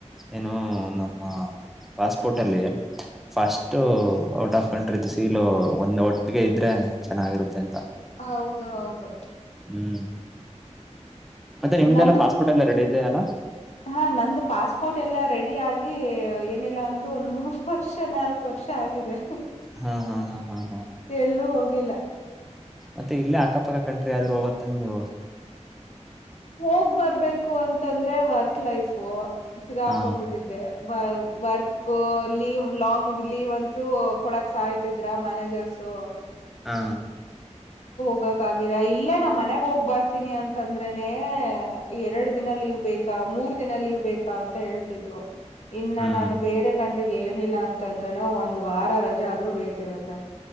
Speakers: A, in the centre; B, on the left.
A: ಏನು ನಮ್ಮ ಪಾಸ್ಪೋರ್ಟ್ ಅಲ್ಲಿ ಫಸ್ಟ್ ಔಟ್ ಆಫ್ ಕಂಟ್ರಿ ದು ಸೀಲು ಒಂದ ಒಟ್ಟಿಗೆ ಇದ್ರೆ ಚೆನ್ನಾಗಿರುತ್ತೆ ಅಂತ
B: ಹೌದು ಹೌದು.
A: ಹ್ಮ್. ಮತ್ತೆ ನಿಮ್ದೆಲ್ಲ
B: ನಂದು
A: ಪಾಸ್ಪೋರ್ಟ್ ಎಲ್ಲ ರೆಡಿ ಇದೆಯಲ್ಲ.
B: ಹಾ ನಂದು ಪಾಸ್ಪೋರ್ಟ್ ಎಲ್ಲಾ ರೆಡಿ ಆಗಿ ಏನಿಲ್ಲಾ ಅಂದ್ರು. ಮೂರು ವರ್ಷ ನಾಲ್ಕು ವರ್ಷ ಆಗಿದೆ
A: ಹಾ ಹಾ ಹಾ ಹಾ ಹಾ
B: ಎಲ್ಲೂ ಹೋಗಿಲ್ಲ.
A: ಮತ್ತೆ ಇಲ್ಲೇ ಅಕ್ಕಪಕ್ಕ ಕಂಟ್ರಿ ಆದ್ರೂ ಹೋಗತ್ತನ್ ನೀವು.
B: ಹೋಗ್ ಬರ್ಬೇಕು ಅಂತಂದ್ರೆ ವರ್ಕ್ ಲೈಫು. ಸಿಗಾ
A: ಹಾ
B: ಹಾಕೊಂಡ್ಬಿಟ್ಟಿದ್ದೆ ವ. ವರ್ಕ್ ಲೀವ್ ಲಾಂಗ್ ಲೀವ್ ಅಂತೂ ಕೊಡಕ್ ಸಾಯ್ತಿದ್ರ ಮ್ಯಾನೇಜರ್ಸು
A: ಹಾ.
B: ಹೋಗಕ ಇಲ್ಲೇ ನಾ್ ಮನೆಗ್ ಹೋಗ್ ಬರ್ತೀನಿ ಅಂತಂದ್ರೆ. ನೇ ಎರಡು ದಿನ ಲೀವ್ ಬೇಕಾ ಮೂರ್ ದಿನ ಲೀವ್ ಬೇಕಾ ಅಂತ ಹೇಳ್ತಿದ್ರು. ಇನ್ನ
A: ಹ್ಮ್
B: ನಾನು ಬೇರೆ ಬೇಕು. ಟೀಗೆ ಏನಿಲ್ಲ ಅಂತಂದ್ರೆನ ಒಂದ್ ವಾರ ರಜೆ ಆದ್ರೂ ಬೇಕಿರುತ್ತೆ.